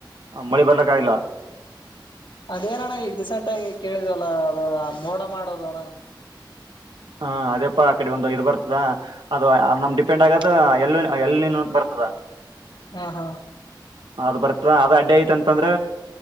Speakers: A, on the right (about 80°); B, on the left (about 85°).
A: ಮಳೆ ಬರ್ಲಕ್ಕ ಇಲ್ಲ
B: ಅದೇನಣ ಈಗ ರಡಿಸೆಂಟ್ ಆಗಿ ಕೇಳಿದಲ್ಲ ಅದ ಮೋಡ ಮಾಡ. ಎ ಅಣ್ಣ.
A: ಹಾ ಅದೇಪ್ಪಾ ಆ ಕಡೆ ಒಂದು ಇದು ಬರ್ತದ ಅದು ನಮ್ ಡಿಪೆಂಡ್ ಆಗದು ಎಲ್ಲಿ ಎಲ್ಲಿ ಬರ್ತದ.
B: ಹಾ ಹಾ.
A: ಅದ್ ಬರತ್ತ ಅದ ಅಡ್ಡಿ ಐತ ಅಂತಂದ್ರ